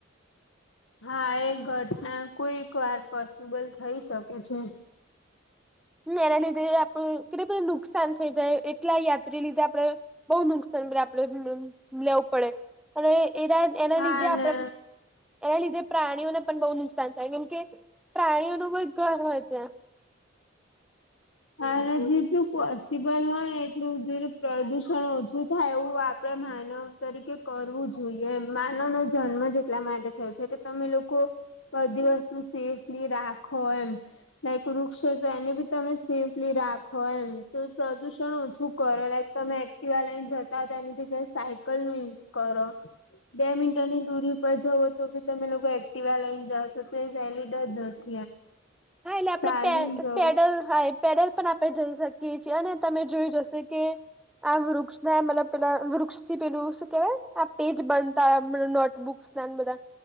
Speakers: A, on the left (about 85°); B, in the centre.
A: હા, એ ઘટના કોઈક વાર પોસિબલ થઈ શકે છે.
B: એના લીધે આપણું કેટલું બધું નુકસાન થઈ જાય એટલા યાત્રી લીધે આપડ. બહુ નુકસાન આપણે લેવું પડે અને એના એના
A: હા
B: લીધે
A: અને
B: આપણે. એના લીધે પ્રાણીઓને પણ બહુ નુકસાન થાય કેમ કે પ્રાણીઓનું પણ ઘર હોય ત્યાં.
A: હા જેટલું પોસિબલ હોય ને એટલું જેલું પ્રદુષણ ઓછું થાય એવું આપડે માન. તરીકે કરવું જોઈએ માનવ નો જન્મ જ એટલા માટે થયો છે કે તમે લોકો. બધી વસ્તુ સેફલી રાખો એમ લાઈક વૃક્ષો તો એને બી તમે. સેફલી રાખો એમ તો પ્રદુષણ ઓછું. કરો લાઈક તમે એક્ટિવા લઈને જતા હો તો એનીગ્યા સાયકલ નું યુઝ કરો. બે મિટરની દૂરી ઉપર જવ તો બી તમે લોકો એક્ટિવા લઈને જા છો તો વહેલી ડરર. જ
B: હા એટલે આપડે
A: ચાલીને જવું
B: પેડલ હા. પેડલ પણ આપણે જઈ શકીએ છીએ અને તમે જોયું જશે કે. આ વૃક્ષના મતલબ પેલા વૃક્ષ થી પેલુંું કેવાય આ પેજ બનતા નોટ. બુક્સ નાને બધા